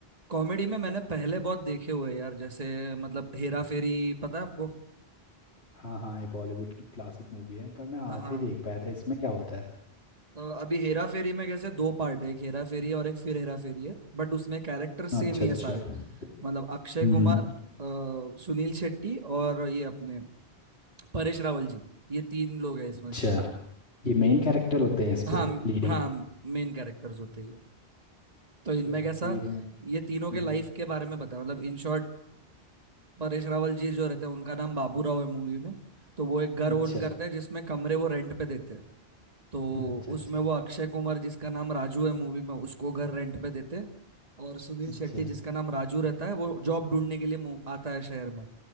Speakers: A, on the right; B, on the left.
A: कॉमेडी में मैंने पहले बहुत देखे हुए हैं यार जैसे मतलब हेरा फेरी पता है आपको
B: हाँ हाँ ये बॉलीवुड की क्लासिक मूवी है पर मैं आधा
A: हाँ
B: ही देख पाया था इसमें क्या होता है
A: तो अभी हेरा फेरी में कैसे दो पार्ट है एक हेरा फेरी है और एक फिर हेरा फेरी है बट उसमें कैरेक्टर सेम
B: अच्छा
A: ही
B: अच्छा
A: है सारे
B: हम्म
A: मतलब अक्षय
B: हम्म।
A: कुमार अ, सुनील शेट्टी और ये अपने परेश रावल जी ये तीन लोग हैं इसमें
B: अच्छा ये मेन कैरेक्टर होते हैं इस
A: हाँ
B: पे लीडिंग
A: हाँ
B: एक्टर
A: मेन कैरेक्टर्स होते हैं तो
B: अच्छा
A: इनमें कैसा
B: तो ये भी मत-
A: ये तीनों
B: हम्म,
A: के लाइफ
B: हम्म।
A: के बारे में बताया मतलब इन शॉर्ट परेश रावल जी जो रहते हैं उनका नाम बाबू राव है मूवी में तो वो एक घर ओन
B: अच्छा
A: करते हैं जिसमें कमरे वो रेंट पे देते हैं तो
B: <laughs> अच्छा
A: उसमें
B: अच्छा
A: वो अक्षय कुमार जिसका नाम राजू है मूवी में उसको घर रेंट पे देते हैं और सुनील
B: अच्छा
A: शेट्टी जिसका नाम राजू रहता है वो जॉब ढूंढने के लिए मु- आता है शहर में